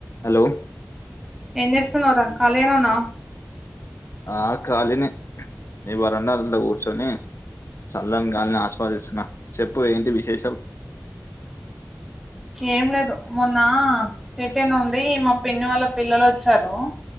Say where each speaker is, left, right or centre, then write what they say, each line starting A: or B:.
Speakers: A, on the left; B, in the centre.
A: Hello
B: ఏం చేస్తున్నావ్ రా ఖాళీగనే ఉన్నావా
A: ఆ ఖాళీనే ఈ వరండాఅరుగు మీద కూర్చొని సల్లాన్ గాల్ని ఆస్వాదిస్తున్నా చెప్పు ఏంటి విశేషాలు
B: ఏం లేదు మొన్న సిటీ నుండి మా పిన్ని వాళ్ళ పిల్లలు వచ్చారు